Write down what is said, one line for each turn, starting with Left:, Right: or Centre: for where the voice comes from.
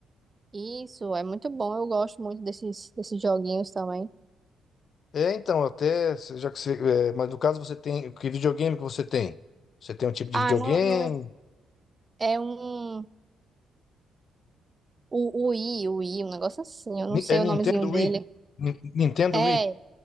Right: Isso, é muito bom. Eu gosto muito desses, desses joguinhos também.
Left: É, então, até, se- já que você, é, mas no caso você tem, que videogame que você tem? Você tem um tipo de
Right: Ah,
Left: videogame?
Right: não, não, é um. O, o I, o I, um negócio assim. Eu não
Left: Ni-
Right: sei
Left: É Nintendo
Right: o nomezinho dele.
Left: Wii? Ni- Nintendo
Right: É,
Left: Wii?